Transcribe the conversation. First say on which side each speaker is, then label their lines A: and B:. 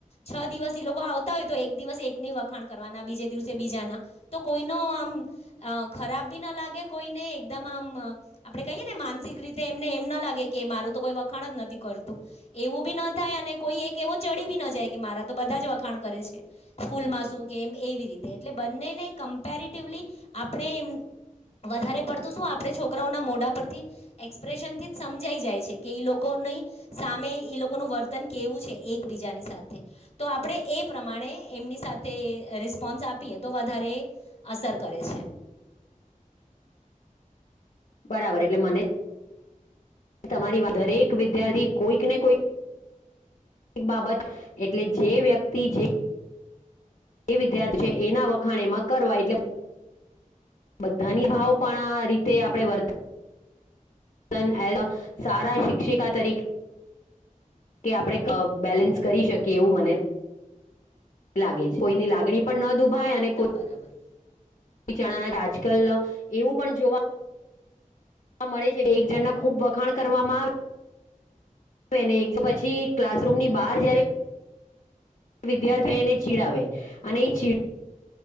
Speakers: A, on the left; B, on the left.
A: છ દિવસ ઈ લોકો આવતા હોય તો એક દિવસ એકની વખાણ કરવાના બીજ દિવસે બીજા ના તો કોઈ નો આમ ખરાબ બી ના લાગે કોઈને એકદમ આમ આપડે કહીએ ને માનસિક રીતે એમને એમ ના લાગે કે મારું તો કોઈ વખાણ જ નથી કરતું એવું બી ના થાય અને કોઈ એક એવો ચડી બી ના જાય કે મારા તો બધા જ વખાણ કરે છે સ્કૂલમાં શું એમ એવી રીતે એટલે બંનેને કમ્પેરટિવલી આપણે એમ વધારે પડ તું શું આપણે છોકરાઓના મોઢા પરથી એક્સપ્રેશનથી જ સમજાઈ જાય છે કે લોકો ની સામે એ લોકોનું વર્તન કેવું છે એકબીજાની સાથે તો આપણે એ પ્રમાણે એમની સાથે રિસ્પોન્સ આપીએ તો વધારે એ અસર કરે છે
B: બરાબર એટલે મને અને તમારી વાત દરેક વિદ્યાર્થી કોઈક ને કોઈક એક બાબત એટલે જે વ્યક્તિ જે એ વિદ્યાર્થી એના વખાણ એમાં કરવા એટલે બધાની ભાવ પણ આ રીતે આપણે વર્તા વતૅન સારા શિક્ષિકા તરીકે કે આપણે ક બેલેન્સ કરી શકીએ એવું મને એ લાગે છે કોઈની લાગણી પણ ન દુભાય
A: હા
B: અને
A: એકદમ
B: કોઈ
A: બરાબર
B: કો ચણાના આજકાલ એવું પણ જોવા જોવા મળે છે એક જણના ખૂબ વખાણ કરવામાં આવે એને એક તો પછી ક્લાસરૂમની બહાર જય્યારે વિદ્યાર્થીને એને ચીડાવે અને એ ચીડ